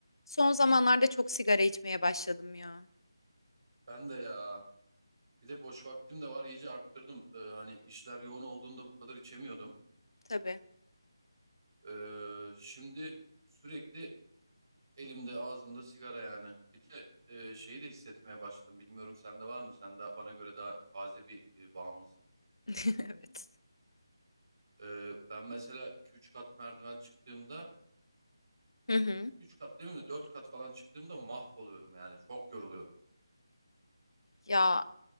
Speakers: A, on the left; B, on the right.
A: Son zamanlarda çok sigara içmeye başladım ya.
B: Ben de ya. Bir de boş vaktim de var. iyice arttırdım. Ee, hani işler yoğun olduğunda bu kadar içemiyordum.
A: Tabii.
B: Ee, şimdi sürekli elimde ağzımda sigara yani. Bir de e, şeyi de hissetmeye başladım. Bilmiyorum sende var mı? Sen de bana göre daha taze bir e, bağımlısın.
A: <laughs> Evet.
B: Ee, ben mesela iki üç kat merdiven çıktığımda
A: Hı hı.
B: 3 kat değil mi? 4 kat falan çıktığımda mahvoluyorum yani. Çok yoruluyorum.
A: Ya